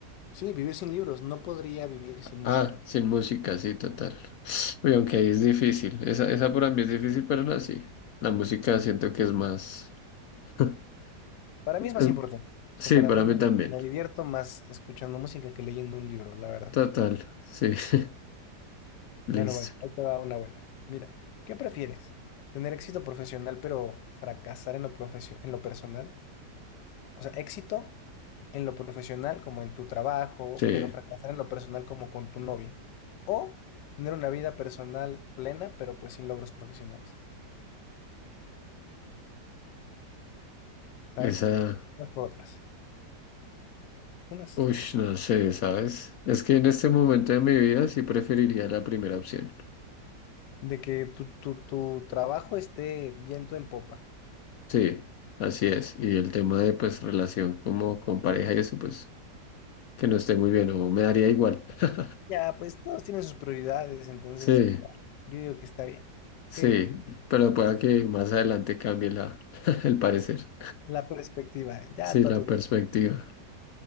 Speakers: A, on the left; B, on the left.
A: Sí, vivir sin libros. No podría vivir sin música.
B: Ah, sin música, sí, total. <sniffs> Oye, aunque ahí es difícil. Esa, esa para mí es difícil, pero no, así. La música siento que es más. <laughs>
A: Para
B: es-
A: mí es más importante. O
B: Sí,
A: sea, para
B: para
A: mí
B: mí también.
A: me divierto más escuchando música que leyendo un libro, la verdad.
B: Total, sí. <laughs> Listo.
A: Bueno, bueno, ahí te va una buena. Mira, ¿qué prefieres? ¿Tener éxito profesional pero fracasar en lo profesio- en lo personal? O sea, éxito en lo profesional como en tu trabajo,
B: Sí,
A: pero fracasar en lo personal como con tu novia. O tener una vida personal plena, pero pues sin logros profesionales. ¿Sabes?
B: esa.
A: Unas por otras. Unas
B: Uy,
A: por otras.
B: no sé, ¿sabes? Es que en este momento de mi vida sí preferiría la primera opción.
A: De que tu, tu, tu trabajo esté viento en popa.
B: Sí, así es. Y el tema de pues relación como con pareja y eso, pues que no esté muy bien o me daría igual. <laughs>
A: Ya, pues todos tienen sus prioridades, entonces
B: Sí.
A: ya, yo digo que está bien.
B: Sí,
A: Qué bien.
B: pero pueda que más adelante cambie la, <laughs> el parecer.
A: La perspectiva. Ya,
B: Sí,
A: tú
B: la
A: a tu.
B: perspectiva.